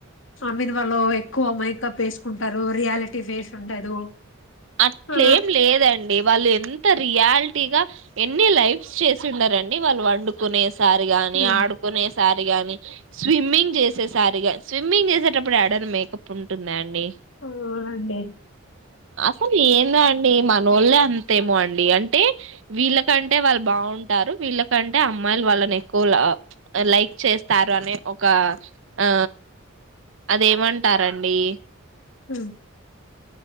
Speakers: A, on the left; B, on the right.
A: ఆ మీది వాళ్ళు ఎక్కువ మైకప్ వేసుకుంటారు రియాలిటీ ఫేస్ ఉండదు,
B: అట్లేం
A: ఆ
B: లేదండి వాళ్ళు ఎంత రియాలిటీ గా ఎన్ని లైఫ్స్ చేసి ఉండారండి వాళ్ళు వండుకునే, సారి గాని
A: హ్మ్
B: ఆడుకునేసారి, గాని స్విమ్మింగ్ చేసేసారిగాని, స్విమ్మింగ్ చేసేటప్పుడు ఏడైనా మేకప్ ఉంటుందా అండి,
A: అవునండి
B: కానీ ఏందో అండి మన వొళ్ళు అంత ఏమో అండి అంటే వీళ్ళకంటే వాళ్ళు బాగుంటారు, వీళ్ళకంటే అమ్మాయిలు వాళ్ళని ఎక్కువ లైక్ చేస్తారు అనే ఒక ఆ అదేమంటారండి,
A: హు